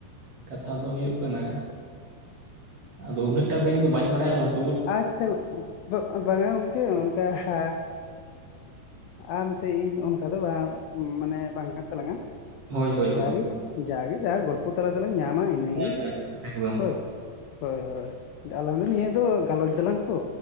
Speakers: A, on the right (about 55°); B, on the left (about 90°).
A: ᱠᱟᱛᱷᱟ ᱫᱚ ᱦᱩᱭᱩᱜ ᱠᱟᱱᱟ ᱟᱫᱚ ᱩᱱᱟᱹᱜᱴᱟ ᱫᱚ ᱤᱧ ᱫᱚᱧ ᱵᱟᱲᱟᱭᱟ ᱨᱚᱸ
B: ᱟᱪᱪᱷᱟ ᱵᱟᱝᱟ ᱜᱚᱝᱠᱮ ᱚᱱᱠᱟ ᱮ ᱟᱢᱥᱮ ᱤᱧ ᱚᱱᱠᱟ ᱫᱚ ᱵᱟᱝ ᱢᱟᱱᱮ ᱵᱟᱝ ᱠᱟᱱ ᱛᱟᱞᱟᱝᱟ
A: ᱦᱳᱭ ᱦᱳᱭ
B: ᱡᱟᱜᱮ
A: ᱦᱳᱭ ᱦᱮᱸ
B: ᱡᱟᱜᱮ ᱡᱟ ᱜᱚᱞᱯᱚ ᱛᱟᱞᱟ ᱫᱚᱞᱟᱝ ᱧᱟᱢᱟ ᱤᱱᱟᱹᱜᱮ
A: ᱦᱮᱸ ᱮᱠᱫᱚᱢ
B: ᱦᱳᱭ ᱦᱳᱭ ᱦᱳᱭ ᱟᱞᱟᱝ ᱫᱚ ᱱᱤᱭᱟᱹ ᱫᱚ ᱜᱟᱞᱚᱪ ᱫᱟᱞᱟᱝ ᱛᱚ